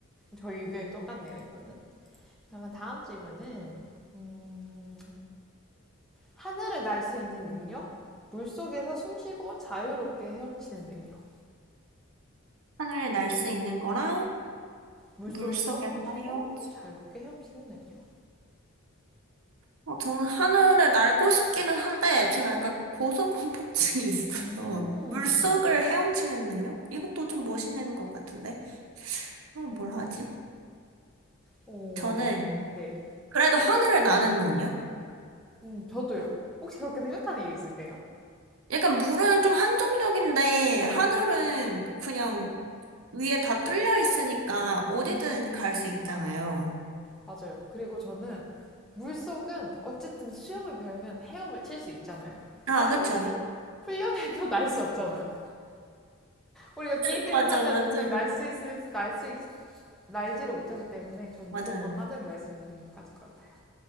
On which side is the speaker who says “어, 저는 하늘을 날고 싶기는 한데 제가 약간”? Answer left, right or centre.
Right